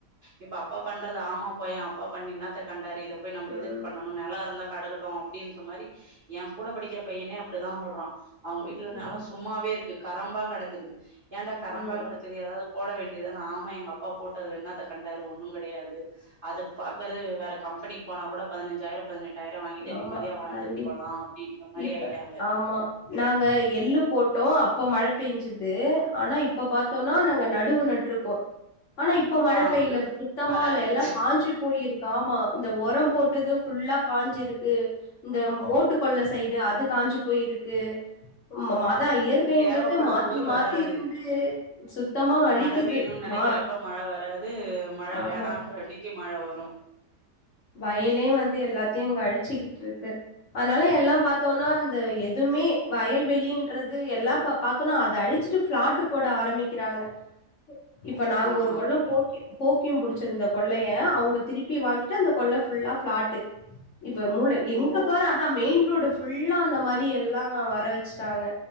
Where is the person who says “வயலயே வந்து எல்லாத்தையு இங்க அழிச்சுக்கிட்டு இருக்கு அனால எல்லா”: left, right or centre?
Left